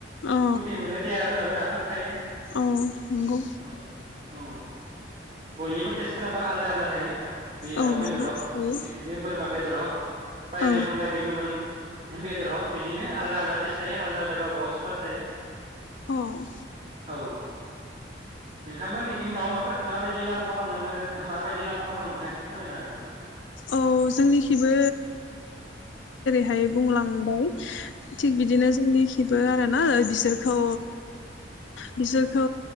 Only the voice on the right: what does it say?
प्रटिन मोनो देहाफोराबो राफोद थायो।
औ औ बयनिबो टेस्टफोराबो आलदा आलदा। थायो नोंथां। बे
दाउ
बेदर हग
बिदिनो बोरमा बेदर हग बायदि
रखोम बायदि गुबुन। बेदर हक बिदिनो आलदा आलदा टेस्ट थायो आलदा आलदा गावबा गाव स्वाद थायो।
औ नोंथांमोननिथिं दाउ अमाफोरखौ माबायदि लालुफा खालामनो मोजां माबायदि लाल मा खालामो नोंथां एसे फोरमायनो हागोन नामा नोंथां?